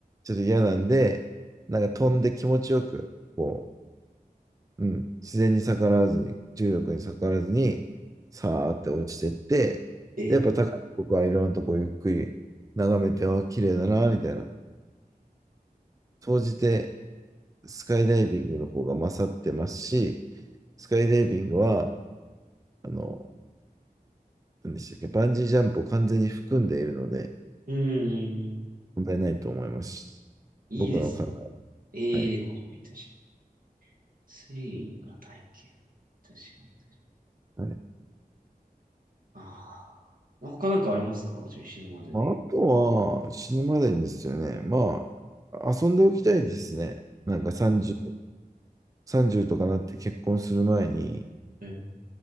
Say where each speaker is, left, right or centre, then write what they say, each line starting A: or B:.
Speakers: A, on the right (about 20°); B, on the right (about 65°).
A: ょっと嫌なんで、なんか飛んで気持ちよく、こう、うん、自然に逆らわずに、重力に逆らわずに、さーって落ちてって、
B: ええ。
A: で、やっぱ高い僕はいろんなとこゆっくり眺めて、あー、綺麗だな、みたいな。総じて、スカイダイビングの方が勝ってますし、スカイダイビングは、あの、何でしたっけ、バンジージャンプを完全に含んでいるので、
B: うんうん。うんうんうん。
A: 問題ないと思います。
B: いいですね。
A: 僕の考
B: ええ確かに確かに。
A: え。はい。
B: スリリングが体験。確かに確かに。
A: はい、
B: ああ。他なんかありますかじゃあ死ぬまでで言う。
A: まああとは、死ぬまでにですよね。まあ、遊んでおきたいですね。なんか30、30とかなって結婚する前に、
B: うん。